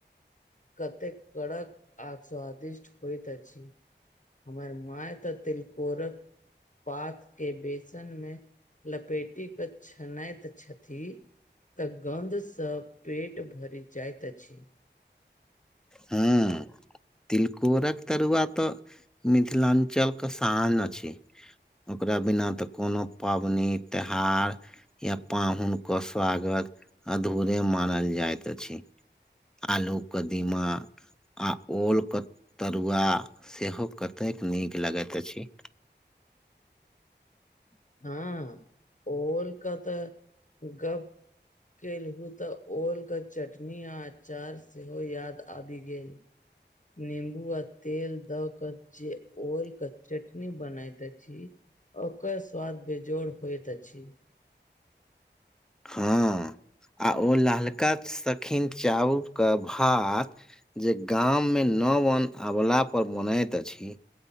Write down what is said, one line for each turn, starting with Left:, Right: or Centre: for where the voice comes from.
Left: कतेक कड़क आ स्वादिष्ट होइत अछि। हमर मांय तऽ तिलकोरक पातके बेसनमे लपेटीं के छनइत छथि। तऽ गन्धस पेट भरि जाइत अछि।
Centre: हँ तिलकोरक तरुआ तऽ मिथिलांचल क शान अछि। ओकरा बिना तऽ कोनो पाबनि त्योहार या पाहुनके स्वागत अधूरे मानल जाइत अछि। आलू कदीमा आ ओलके तरुआ सेहो कतेक नीक लगैत अछि।
Left: हँ ओलक तऽ गप केलहुँ तऽ ओलके चटनी आ अचार सेहो याद आबि गेल। निम्बू आ तेल द क जे ओल के चटनी बनैते अछि ओकर स्वाद बेजोड़ होइत अछि।
Centre: हँ आ ओल हलका सखिन चाउर के भात जे गाम मे नवन अवला पर बनैत अछि